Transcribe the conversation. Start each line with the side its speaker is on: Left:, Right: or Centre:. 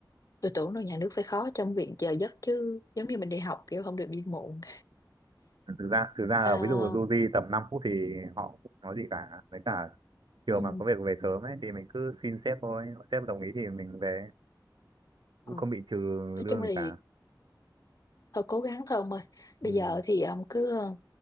Left: Tôi tưởng đâu nhà nước phải khó trong việc giờ giấc chứ. Giống như mình đi học kiểu không được đi muộn.
Right: thực ra thực ra là
Left: À,
Right: ví dụ du di tầm 5 phút thì họ cũng không nói gì cả với cả chiều
Left: ừ.
Right: mà có việc về sớm ấy thì mình cứ xin sếp thôi sếp đồng ý thì mình về cũng
Left: ừ.
Right: không bị trừ
Left: Nói
Right: lương
Left: chung
Right: gì
Left: là
Right: cả
Left: thôi cố gắng thôi ông ơi bây
Right: ừ.
Left: giờ thì ông cứ ờ,